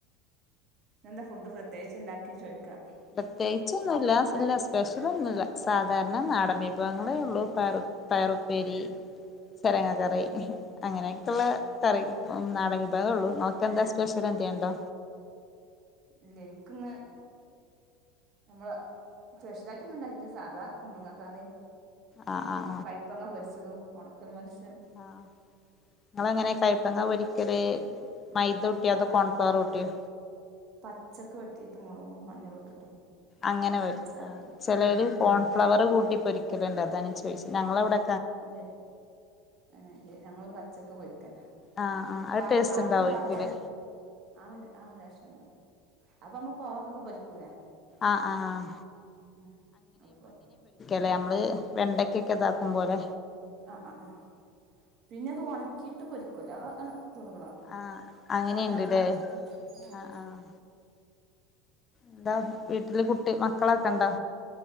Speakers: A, on the right; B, on the left.
A: ഇന്നെന്താ ഫുഡ് പ്രത്യേകിച്ചിണ്ടാക്കിയേ ചോയ്ക്കാ
B: പ്രത്യേകിച്ചൊന്നുല്ല ഇല്ല സ്പെഷ്യലൊന്നുല്ല സാ സാധാരണ നാടൻ വിഭവങ്ങളെ ഉള്ളൂ പയറു പയറുപ്പേരി ചെരങ്ങ
A: ഏഹ്
B: കറി അങ്ങനെയൊക്കിള്ള കറി ഏഹ് നാടൻ വിഭവേള്ളു, ഇങ്ങൾക്കെന്താ സ്പെഷ്യല് എന്തേ ഇണ്ടോ?
A: ഇല്ല എൻക്കിന്ന് നമ്മള് സ്പെഷ്യലായിട്ടൊന്നും ഉണ്ടായിട്ടില്ല സാധാ കുമ്പളങ്ങ കറീം
B: ആഹ് ആഹ്
A: ആ കയപ്പങ്ങ പൊരിച്ചതും ഒണക്കമീ <unintelligible>
B: ആഹ് നിങ്ങള് എങ്ങനെയാ കയ്പങ്ങ പൊരിക്കല് മൈദൂട്ടിയോ
A: പ
B: അതോ കോൺഫ്ലവറൂട്ടിയോ?
A: പച്ചക്ക് വെട്ടിട്ട് മൊളകും മഞ്ഞളും ഇട്ടിട്ട്
B: അങ്ങനെ പൊരി
A: മസാലപ്പൊടി
B: ആഹ് ചെലര്
A: ഉം അങ്ങനെ
B: കോൺഫ്ലവറ് കൂട്ടി പൊരിക്കലിണ്ട് അതാണ് ചോയിച്ച് ഞങ്ങളവടെ
A: ഇല്ലെ ഏഹ് ഏഹ് ഞങ്ങള് പ ച്ചക്ക് പൊരി ക്കന്നെ
B: ആഹ് ആഹ് അത്
A: വ
B: ടേസ്റ്റ്
A: വാഴക്കയും
B: ഉണ്ടാവയിരിക്കൂല്ലേ
A: ഉണ്ടാക്കും ആ അതേ <unintelligible> അപ്പൊ ഇമ്മള് കോവക്കൊക്കെ പൊരിക്കൂലേ
B: ആഹ് ആഹ്
A: ഉം അതുപോലെ
B: ല്ലേ നമ്മള് വെണ്ടക്കൊക്കെ ഇതാക്കും പോലെ
A: ആഹ് അ ആ പിന്നെ അത് ഒണക്കീട്ട് പൊരി ക്കൂല എഹ് എഹ് തുണുക്കണോ
B: ആഹ് അങ്ങനെയുണ്ട്ല്ലേ
A: കൊണ്ടാട്ടം ഇണ്ടാക്കീട്ട്
B: ആഹ്
A: ആ
B: ആഹ് എന്താ വീട്ടില് കുട്ടി മക്കളൊക്കെ ഇണ്ടോ?